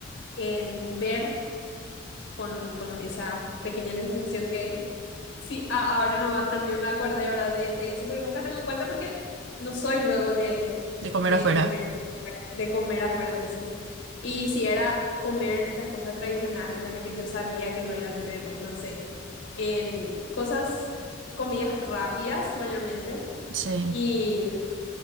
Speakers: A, on the left; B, on the right.
A: en ver con, con esa pequeña restricción que sí, a- ahora no, también me acordé, ¿verdad? De, de eso, porque nunca tengo en cuenta porque no soy luego de,
B: de comer
A: de
B: afuera.
A: comer, de comer afuera, entonces. Y si era comer las cosas tradicionales, ¿verdad? Que yo sabía que no iba a tener, como, no sé, en cosas, comidas rápidas mayormente.
B: Sí,
A: Y